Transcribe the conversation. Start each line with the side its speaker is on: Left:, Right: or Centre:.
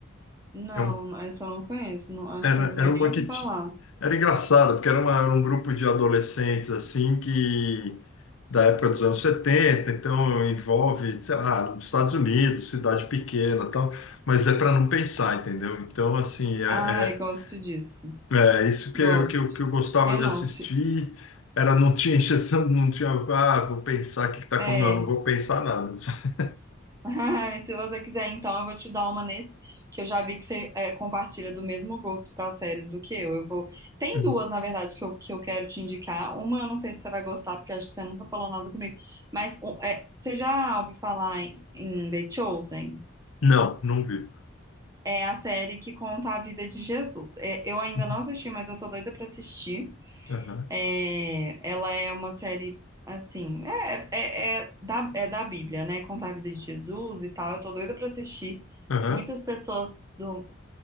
Right: Não,
Left: É um-
Right: essa eu não conheço. Não, acho
Left: Era,
Right: que eu nem
Left: era uma
Right: ouvi
Left: que
Right: falar.
Left: ti- era engraçada, porque era, uma- era um grupo de adolescentes assim que da época dos anos 70, então envolve, sei lá, nos Estados Unidos, cidade pequena, e tal, mas é para não pensar, entendeu? Então assim, é,
Right: Ai, gosto
Left: é,
Right: disso.
Left: É, isso que
Right: Gosto.
Left: eu, que eu, que eu gostava
Right: É
Left: de
Right: não,
Left: assistir
Right: se,
Left: era não tinha injeção, não tinha, ah, vou pensar o que que tá acontecendo.
Right: é.
Left: Não, não vou pensar nada. <laughs>
Right: <laughs> E se você quiser, então, eu vou te dar uma nesse, que eu já vi que você é, compartilha do mesmo gosto para séries do que eu. Eu vou. Tem
Left: Uhum.
Right: duas, na verdade, que eu, que eu quero te indicar. Uma eu não sei se você vai gostar, porque acho que você nunca falou nada comigo. Mas um, é, você já ouviu falar em, em The Chosen?
Left: Não, não vi.
Right: É a série que conta a vida de Jesus. É, eu ainda
Left: Uhum.
Right: não assisti, mas eu tô doida para assistir.
Left: Aham,
Right: É, ela é uma série, assim, é, é, é da, é da Bíblia, né? Contar a vida de Jesus e tal. Eu tô doida pra assistir.
Left: aham,
Right: Muitas pessoas do-